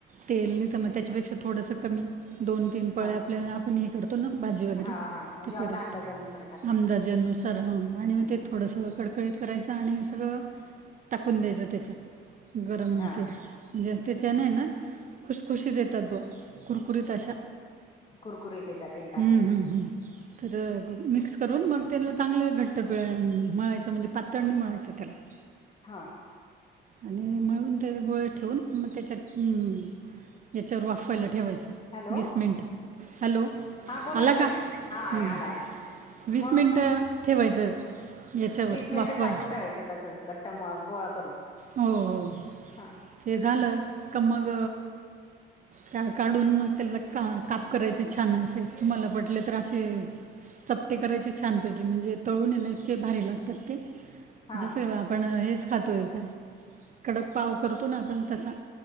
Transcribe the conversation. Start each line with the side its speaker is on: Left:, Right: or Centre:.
Right: तेल नाही तर मग त्याच्यापेक्षा थोडस कमी. दोन तीन पळे
Left: हा
Right: आपल्या आपण करतो भाजी वगैरे
Left: हा हा म्हणजे
Right: ते
Left: आपल्या
Right: पळ्या.
Left: अंदाजानुसार टाकायचं
Right: आंदाजेनुसार ह. आणि मग
Left: हम्म
Right: ते थोडंसं कडकडीत करायचं आणि सगळं टाकून द्यायचं त्याच्यात. गरम
Left: हा
Right: तेल. म्हणजे त्याच्याने
Left: हा
Right: ना, खुशखुशी येतात बा. कुरकुरीत अशा.
Left: कुरकुरी येतात. तेल टाकल्यावर
Right: हम्म हम्म हम्म. तर मिक्स करून मग त्याला चांगलं घट्ट पिळा मळायचं. म्हणजे पातळने मळायचं त्याला. <inaudible>
Left: हा.
Right: आणि मळून ते गोळे ठेवून. मग त्याच्यात अ त्याच्यावर वाफायला ठेवायचं.
Left: हॅलो
Right: वीस मिनिट. हॅलो.
Left: हा बोला
Right: आला
Left: ना
Right: का?
Left: ताई हा
Right: हम्म
Left: आला आला
Right: वीस
Left: मग
Right: मिनिट ठेवायचं. याच्यावर
Left: वीस मिनिटं
Right: वाफवायला
Left: झाकून ठेवायचं तसच. घट्ट मळून गोळा करून.
Right: हो हो हो.
Left: हा
Right: ते झालं का मग त्याला काढून मग त्याला काप करायचे छान असे. तुम्हाला पटले तर असे चपटे करायचे छानपैकी. म्हणजे तळूने ना इतके भारी लागतात ते.
Left: हा
Right: जसं आपण हेच खातोय. काय कडक पाव करतो ना आपण तसा.